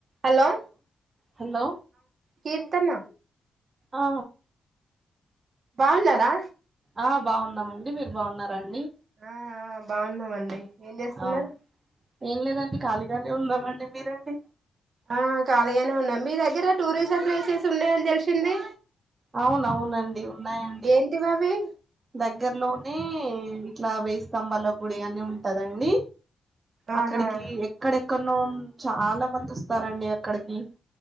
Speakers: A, on the right (about 60°); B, on the right (about 35°).
A: Hello
B: hello
A: Keerthana
B: ఆ
A: బావున్నారా
B: ఆ బాగున్నామండి మీరు బాగున్నారండి
A: ఆ ఆ బాగున్నామండి ఏం చేస్తున్నారు
B: ఆ ఏం లేదండి ఖాళీగానే ఉన్నామండి మీరండి
A: ఆ ఖాళీగానే ఉన్నాం మీ దగ్గర టూరిజం ప్లేసెస్ ఉన్నాయని తెలిసింది
B: అవును అవునండి ఉన్నాయండి
A: ఏంటివి అవి
B: దగ్గరలోనే ఇట్లా వేయిస్తంభాల గుడి అని ఉంటదండి
A: ఆహా
B: అక్కడికి ఎక్కడెక్కడనో చాలా మంది వస్తారండి అక్కడికి